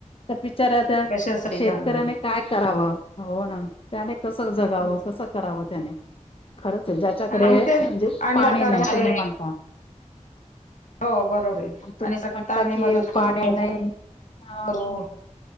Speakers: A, on the left; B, on the left.
A: त्या बिचाऱ्या त्या
B: कशासाठी
A: शेतकऱ्याने
B: झालं
A: काय कराव. हो ना त्याने कस जगाव
B: मग तेच
A: कस कराव त्याने. खरच आहे. ज्याच्याकडे
B: आणि ते
A: म्हणजे
B: आणि
A: पाणी
B: सरकारमध्ये
A: नाही. तुम्ही म्हणता
B: हो बरोबर आहे
A: तुम्ही
B: आणि सगळं
A: म्हणता
B: आम्ही
A: कि,
B: मदत करू
A: पाणी
B: मदत
A: नाही अ
B: करू